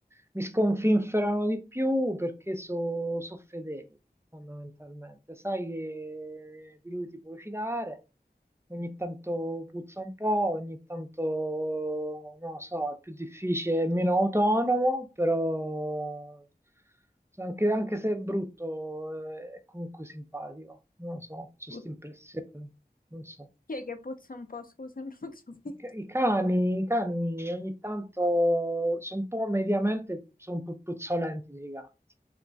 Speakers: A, on the right (about 15°); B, on the left (about 55°).
A: mi sconfinferano di più perché sono fedeli fondamentalmente, sai che di lui ti puoi fidare ogni tanto puzza un po', ogni tanto, non lo so, è più difficile, è meno autonomo, però anche, anche se è brutto eh, è comunque simpatico, non lo so, ho questa
B: Put-
A: impressione, non so.
B: Chi è che puzza un po'? Scusa, <laughs> non ho capito.
A: I, ca- i cani, i cani ogni tanto sono un po' mediamente, sono un po' puzzolenti dei gatti.